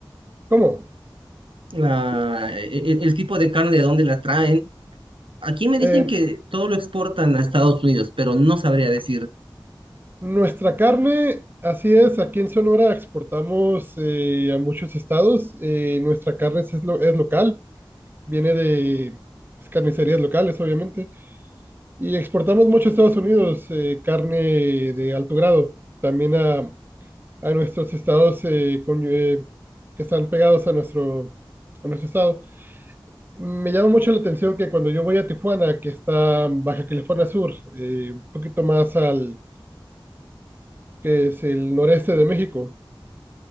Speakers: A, on the right; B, on the right.
A: <laughs> ¿Cómo?
B: La- e- e- el, tipo de carne, de dónde la traen, Aquí me dicen
A: Eh,
B: que todo lo exportan a Estados Unidos, pero no sabría decir.
A: Nuestra carne, así es, aquí en Sonora exportamos eh, a muchos estados. eh, nuestra carne es, lo- es local, viene de pues, carnicerías locales, obviamente. Y exportamos mucho a Estados Unidos eh, carne de alto grado, también a, a nuestros estados eh, con- eh, que están pegados a nuestro, a nuestro estado. Me llama mucho la atención que cuando yo voy a Tijuana, que está en Baja California Sur, eh, un poquito más al que es el noreste de México,